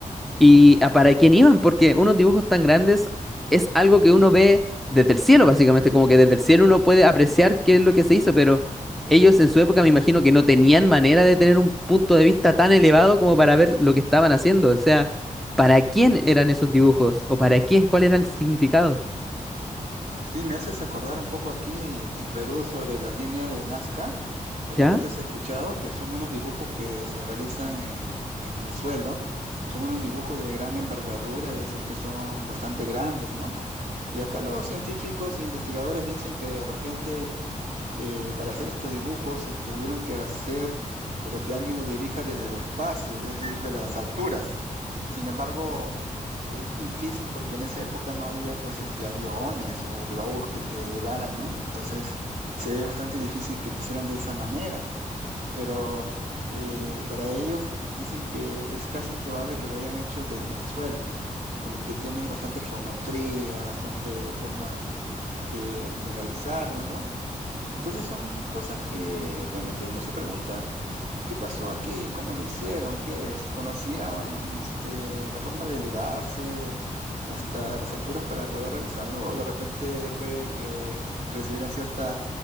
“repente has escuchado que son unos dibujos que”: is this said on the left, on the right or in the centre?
Right